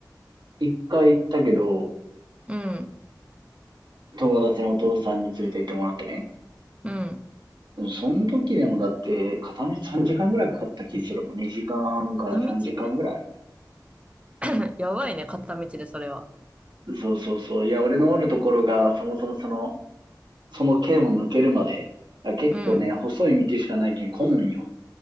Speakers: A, on the right; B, on the right.
A: 一回行ったけど、
B: うん、
A: 友達のお父さんに連れて行ってもらってね。
B: うん。
A: でもその時でもだって、片道3時間ぐらいかかった気するもん。2時間から3時間ぐらい
B: 片道で <laughs> やばいね、片道でそれは。
A: そうそうそう。いや、俺のおるところが、そもそもその、その県を抜けるまで、あ結構ね、
B: うん。
A: 細い道しかないけん混むんよ。